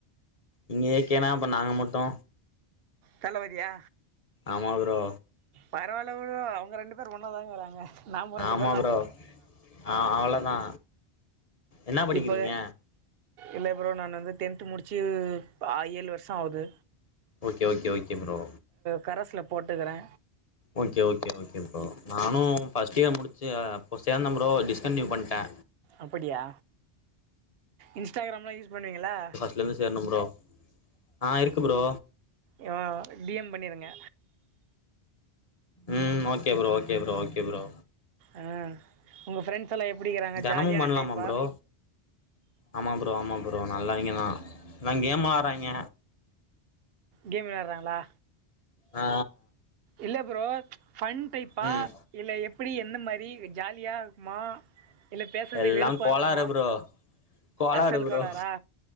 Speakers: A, on the left; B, on the right.
A: நீங்க ஏ கே னா அப்போ நாங்க மட்டு
B: தலவதியா
A: ஆமா ப்ரோ
B: பரவால்ல ப்ரோ அவுங்க ரெண்டு பேரு ஒன்னா தாங்க வரங்க நாம ரெண்டு
A: ஆமா ப்ரோ அ அவ்ளோதா என்ன படிக்கிறீங்க
B: இப்ப இல்ல ப்ரோ நானு வந்து டென்த் முடிச்சு அ ஏழு வருஷோ ஆவுது
A: ஓகே ஓகே ஓகே ப்ரோ
B: கரஸ்ல போட்டுகுறே
A: ஓகே ஓகே ஓகே ப்ரோ நானு ஃபர்ஸ்ட் இயர் முடிச்சு ப்போ சேந்தே ப்ரோ டிஸ்கண்டினியூ பண்ட்டே
B: அப்படியா இன்ஸ்டாகிராம்லா யூஸ் பண்ணுவீங்களா
A: ல இருந்து சேரணு ப்ரோ ஆ இருக்கு ப்ரோ
B: எவளோ டி எம் பண்ணிருங்க
A: ம் okay bro okay bro okay bro
B: ஆ உங்க ஃப்ரெண்ட்ஸ் எல்லா எப்டிக்கிறாங்க
A: தெனமும்
B: ஜாலியான
A: பண்ணலாமா
B: டைப்பா
A: ப்ரோ ஆமா ப்ரோ ஆமா ப்ரோ நல்லவைங்கதா என்னங்கேம் ஆட்றாய்ங்க
B: கேம் விளையாடுறாங்களா
A: ஆ
B: இல்ல ப்ரோ ஃபன் டைப்பா
A: ம்
B: இல்ல எப்டி எந்த மாரி ஜாலியா மா இல்ல பேசுறதே
A: எல்லா
B: வெறுப்பா
A: கோளாறு
B: இருக்குமா
A: ப்ரோ கோளாறு
B: அசல்
A: ப்ரோ
B: கோளாரா